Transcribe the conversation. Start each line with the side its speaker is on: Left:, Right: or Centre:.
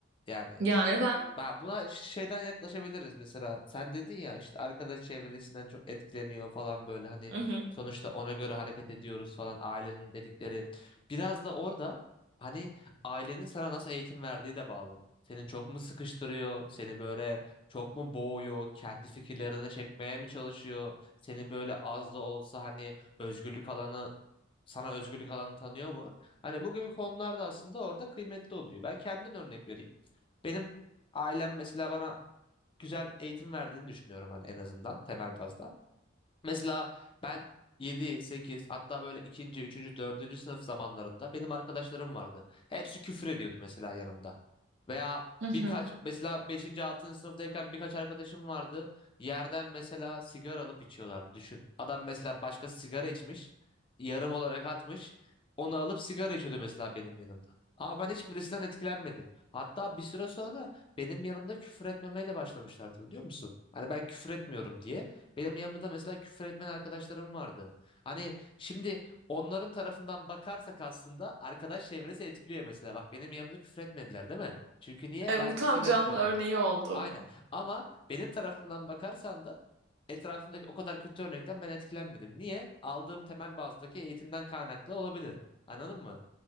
Left: Yani
Right: Ya neden?
Left: Ben buna şeyden yaklaşabiliriz mesela. Sen dedin ya işte arkadaş çevresinden çok etkileniyor falan böyle hani
Right: Hı hı.
Left: sonuçta ona göre hareket ediyoruz falan ailenin dedikleri. Biraz da orada hani ailenin sana nasıl eğitim verdiği de bağlı. Senin çok mu sıkıştırıyor? Seni böyle çok mu boğuyor? Kendi fikirlerini çekmeye mi çalışıyor? Seni böyle az da olsa hani özgürlük alanı sana özgürlük alanı tanıyor mu? Hani bu gibi konularda aslında orada kıymetli oluyor. Ben kendimden örnek vereyim. Benim ailem mesela bana güzel eğitim verdiğini düşünüyorum hani en azından temel bazda. Mesela ben 7 8 hatta böyle ikinci üçüncü dördüncü sınıf zamanlarında benim arkadaşlarım vardı. Hepsi küfür ediyordu mesela yanımda. Veya
Right: Hı hı.
Left: birkaç mesela beşinci altıncı sınıftayken birkaç arkadaşım vardı. Yerden mesela sigara alıp içiyorlardı. Düşün. Adam mesela başkası sigara içmiş. Yarım olarak atmış. Onu alıp sigara içiyordu mesela benim yanımda. Ama ben hiçbirisinden etkilenmedim. Hatta bir süre sonra benim yanımda küfür etmemeye de başlamışlardı biliyor musun? Hani ben küfür etmiyorum diye. Benim yanımda da mesela küfür etmeyen arkadaşlarım vardı. Hani şimdi onların tarafından bakarsak aslında arkadaş çevresi etkiliyor mesela. Bak benim yanımda küfür etmediler değil mi? Çünkü niye?
Right: E,
Left: Ben
Right: bu tam
Left: küfür
Right: canlı
Left: etmiyordum.
Right: örneği oldu.
Left: Aynen. Ama benim tarafımdan bakarsan da etrafımdaki o kadar kötü örnekten ben etkilenmedim. Niye? Aldığım temel bazdaki eğitimden kaynaklı olabilir. Anladın mı?